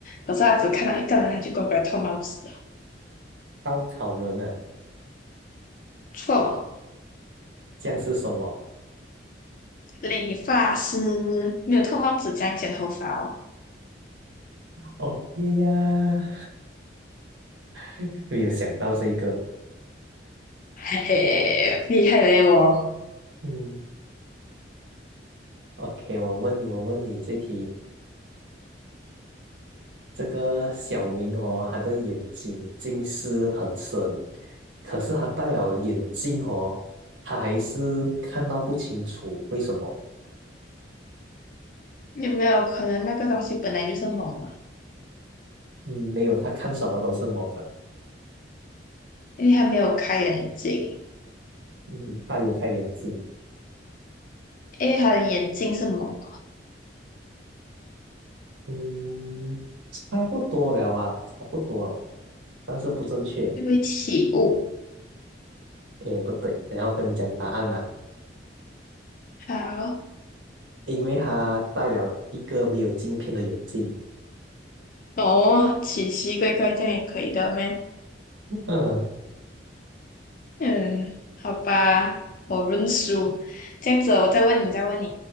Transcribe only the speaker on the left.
可是他只看到一个人，他就乖乖脱帽子了。
错，
理发师没有脱帽子这样剪头发哦，
嘿嘿，厉害嘞我。
有没有可能那个东西本来就是蒙啊？
因为他没有开眼睛，
因为他的眼睛是蒙，的，
就会起雾。
好，
哦，奇奇怪怪这样也可以的咩？
嗯，好吧，我认输。这样子，我再问你，再问你，